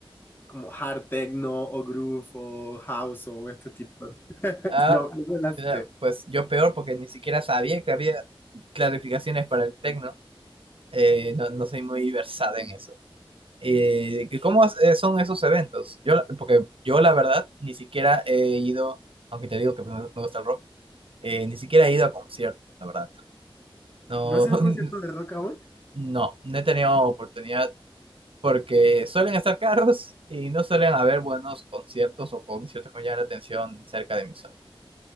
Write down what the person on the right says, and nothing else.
Ah,
mira, pues yo peor porque ni siquiera sabía que había clarificaciones para el techno. Eh, no, no soy muy versada en eso. Eh, ¿y ¿cómo has- eh, son esos eventos? Yo, la- porque yo la verdad ni siquiera he ido, aunque te digo que me me gusta el rock, eh, ni siquiera he ido a conciertos, la verdad. No,
<laughs>
no, no he tenido oportunidad porque suelen estar caros y no suelen haber buenos conciertos o conciertos que me llamen la atención cerca de mi zona.